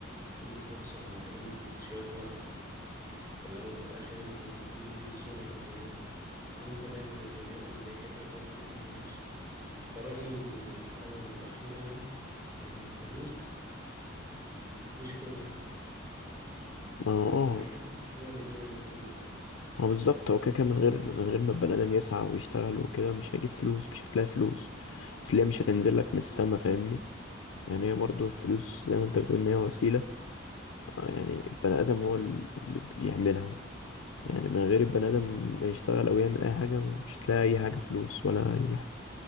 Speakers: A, on the right (about 20°); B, on the left (about 80°).
A: قيمة نفسه على قيمة شوية ورق في الأول في الآخر أنت الفلوس دي من صنع البني آدم وأنت دايما البني آدم بيحب يحط قيمة لنفسه فرأيي الأول والأخير يعني إن الفلوس مش كل حاجة
B: ما هو-
A: والبني
B: اه
A: آدم هو اللي بيعمل كل حاجة
B: ما هو بالظبط هو كده كده من غير من غير ما البني ادم يسعى ويشتغل وكده مش هيجيب فلوس مش هتلاقي فلوس اصل هي مش هتنزل لك
A: مم.
B: من السما فاهمني يعني هي برضو الفلوس زي ما انت بتقول ان هي وسيلة آه، يعني البني ادم هو ال- اللي بيعملها يعني من غير البني ادم ما يشتغل او يعمل اي حاجة مش هتلاقي اي حاجة فلوس ولا اي حاجة